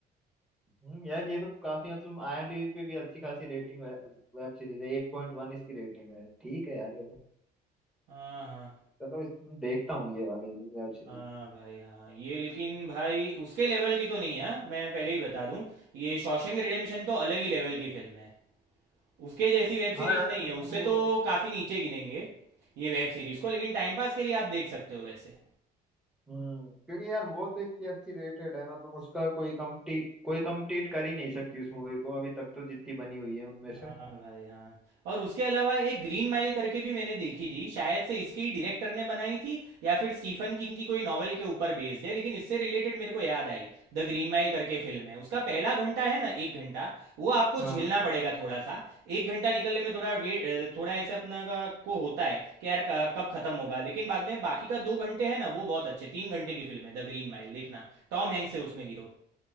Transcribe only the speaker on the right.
हाँ हाँ
हाँ भाई हाँ ये लेकिन भाई उसके लेवल की तो नहीं है हाँ, मैं पहले ही बता दूं ये शॉशैंक रिडेम्पशन तो अलग ही लेवल की फिल्म है उसके जैसी वेब
सीरीज
नहीं
है उससे
तो काफ़ी नीचे गिनेंगे ये वेब सीरीज को लेकिन टाइम पास के लिए आप देख सकते हो वैसे
हाँ भाई हाँ और उसके अलावा एक ग्रीन माइल करके भी मैंने देखी थी शायद से इसके ही डायरेक्टर ने बनाई थी या फिर स्टीफन किंग की कोई नॉवेल के ऊपर बेस्ड है लेकिन इससे रिलेटेड मेरे को याद आई द ग्रीन माइल करके फिल्म है उसका पहला घंटा है ना एक घंटा वो आपको
झेलना पड़ेगा थोड़ा सा एक घंटा निकलने में थोड़ा वेट थोड़ा ऐसे अपना का- को होता है कि यार क- कब खत्म होगा लेकिन बाद में बाकी का दो घंटे है ना वो बहुत अच्छे तीन घंटे की फिल्म है द ग्रीन माइल देखना टॉम हैंक्स है उसमें हीरो